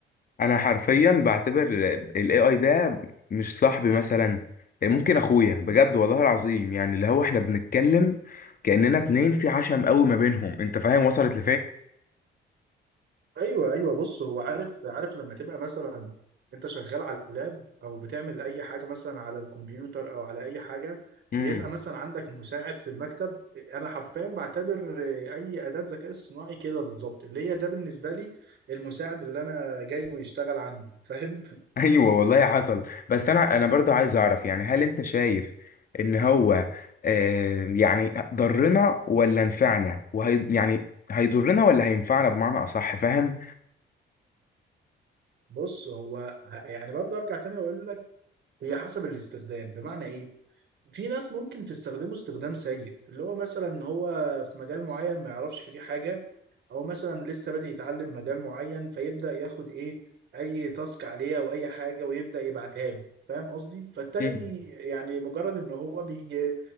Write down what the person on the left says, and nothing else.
انا حرفيا بعتبر الاي اي ده مش صاحبي مثلا ممكن اخويا بجد والله العظيم يعني اللي هو احنا بنتكلم كأننا اتنين في عشم قوي ما بينهم انت فاهم وصلت
لفين
<laughs> ايوه والله حصل بس انا انا برضه عايز اعرف يعني هل انت شايف ان هو آه، يعني ضرنا ولا نفعنا وهي يعني هيضرنا ولا هينفعنا بمعنى اصح فاهم
مم.